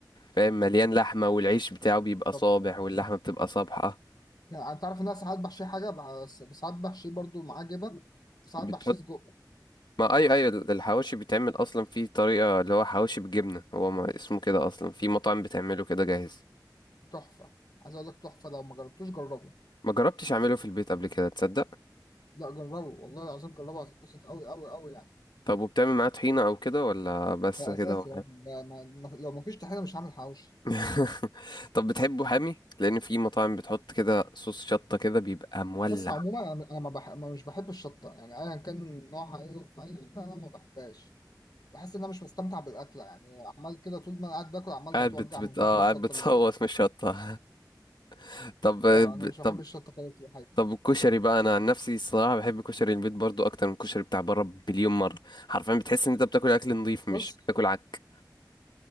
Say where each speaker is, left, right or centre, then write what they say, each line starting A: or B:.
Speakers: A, on the left; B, on the left.
A: فاهم مليان لحمة والعيش بتاعه بيبقى صابح
B: طب
A: واللحمة بتبقى صابحة
B: يعني انت عارف ان انا ساعات بحشيه حاجه بس بس ساعات بحشيه برضو معاه جبن وساعات
A: بتحط
B: بحشيه سجق
A: ما اي اي الحواوشي بيتعمل اصلا في طريقة اللي هو حواوشي بالجبنة هو ما اسمه كده اصلا في مطاعم بتعمله كده جاهز
B: تحفه عايز اقول لك تحفه لو ما جربتوش جربه
A: ما جربتش اعمله في البيت قبل كده تصدق
B: لا جربه والله العظيم جربه هتتبسط قوي قوي قوي يعني
A: طب وبتعمل معاه طحينة او كده ولا بس
B: ده
A: كده
B: اساسي
A: هو حامي؟
B: يا ابني ده ما... ما... لو ما فيش طحينه مش هعمل حواوشي
A: <laughs> طب بتحبه حامي لان في مطاعم بتحط كده صوص شطة كده بيبقى مولع
B: بس عموما انا انا ما, بح... ما مش بحب الشطه يعني ايا كان نوعها ايه في اي اكله انا ما بحبهاش بحس ان انا مش مستمتع بالاكله يعني عمال كده طول ما انا قاعد باكل عمال
A: قاعد
B: بتوجع
A: بت بت
B: من كتر
A: اه قاعد
B: الشطه
A: بتصوت
B: اللي في بقي
A: من الشطة <laughs> طب ب-
B: اه انا مش بحب
A: طب
B: الشطه خالص في الحقيقه
A: طب الكشري بقى انا عن نفسي الصراحة بحب كشري البيت برضو اكتر من الكشري بتاع بره بمليون مرة حرفيا بتحس ان انت بتاكل اكل نظيف مش
B: بص
A: بتاكل عك